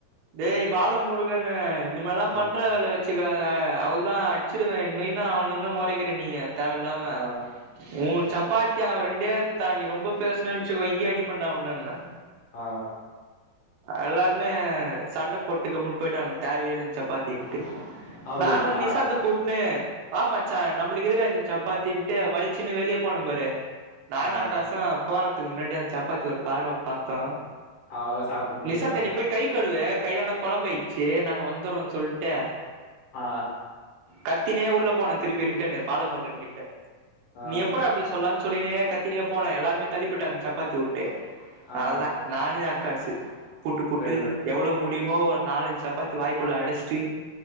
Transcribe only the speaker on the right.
டேய் பாலமுருகனு இனிமேல்லா பண்ற
வேல வெச்சக்காத அவ்ளோதா அடிச்சிருவே இன்மே அவன என்னா மொறைக்கற நீ தேவ இல்லாம
உன் சப்பாத்திய அவன் ரெண்டே எடுத்தான் நீ ரொம்ப பேசுனே் வெச்சுக்கோ இங்கேயே அடிப்பேன்டா உன்னன்ன
எல்லாருமே சண்ட போட்டு கம்முன்னு போயிட்டானுங்க தேவையே இல்லன் சப்பாத்தின்னுட்டு
நானு நிசாந்த
கூட்ன்னு வா மச்சான் நம் உங்களுக் ஏதுறா இந்த சப்பாத்தின்ட்டு வலிச்சின்னு வெளிய போன பாரு நானும
ஆக்காசு போறதுக்கு முன்னாடி அந்த சப்பாத்தி ஒரு பார்வ பார்த்தோ
நிசாந்த்து நீ போய் கை கழுவு கையெல்லா கொழம்பாயிடுச்சு நாங்க வந்துர்றோ சொல்ட்டு
கத்தினே உள்ள போன திருப்பி ரிட்டன்னு பாலமுருகன் கிட்ட
நீ எப்பட்றா அப்டி சொல்லா சொல்லிக்கினே கத்தினே போனேன் எல்லாருமே தள்ளிப்போய்ட்டாங்க சப்பாத்திய வுட்டு
அவ்ளதான் நானே அக்காசு புட்டு புட்டு
எவ்வளோ முடியுமோ ஒரு நாலஞ்சு சப்பாத்தி வாய்க்குள்ள அடச்சிட்டு